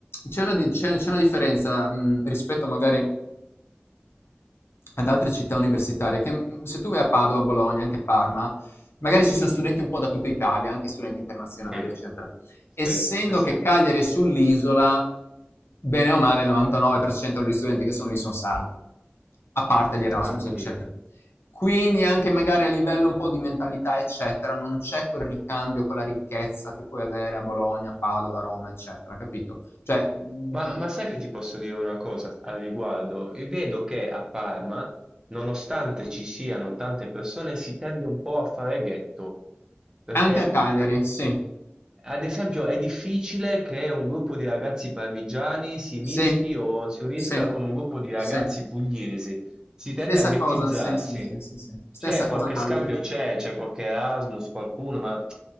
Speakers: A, on the left; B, on the right.
A: c'è una, di- c'è- c'è una differenza mh, rispetto magari ad altre città universitarie, che mh, se tu vai a Padova, Bologna, anche Parma, magari ci sono studenti un po' da tutta Italia, anche studenti internazionali,
B: sì,
A: eccetera.
B: sì,
A: Essendo
B: sì, sì.
A: che Cagliari è sull'isola, bene o male il 99% degli studenti che sono lì sono sardi, a parte gli Erasmus,
B: Ah, quindi...
A: eccetera. Quindi anche magari a livello un po' di mentalità, eccetera, non c'è quel ricambio con la ricchezza che puoi avere a Bologna, Padova, Roma, eccetera, capito? Cioè, mh,
B: Ma, ma sai che ti posso dire una cosa al riguardo? Vedo che a Parma, nonostante ci siano tante persone, si tende un po' a fare ghetto, perché
A: anche a Cagliari, sì.
B: Ad esempio, è difficile che un gruppo di ragazzi parmigiani si
A: Sì,
B: mischi o si unisca
A: sì,
B: con un gruppo di ragazzi
A: sì.
B: pugliesi. Si tende
A: Stessa
B: a ghettizzarsi.
A: cosa, sì, sì, sì, sì, sì. Stessa
B: C'è
A: cosa
B: qualche
A: a Cagliari.
B: scambio, c'è, c'è qualche Erasmus, qualcuno, ma